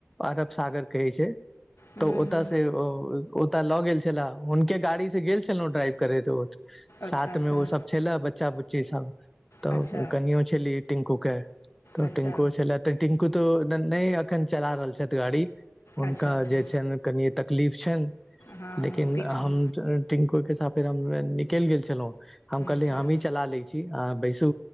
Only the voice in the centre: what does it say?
अरब सागर कहै छै
तऽ ओतय
से ओतय लऽ गेल छले हुनके गाड़ी स गेल छलहुं ड्राइव करैत
साथ
में ओ सब छले बच्चा बुच्ची सब तऽ
कनियो छली टिंकू केँ तऽ
टिंकु छले टिंकू तो नै अखन चला रहल छैथ गाड़ी हुनका
जे छैन कनिए तकलीफ छैन
<inaudible> लेकिन
हम टिंकू केँ साथ फेर हम निकाइल गेल छलौ हम कहलिय
हमही चला ले छी आहा बैसू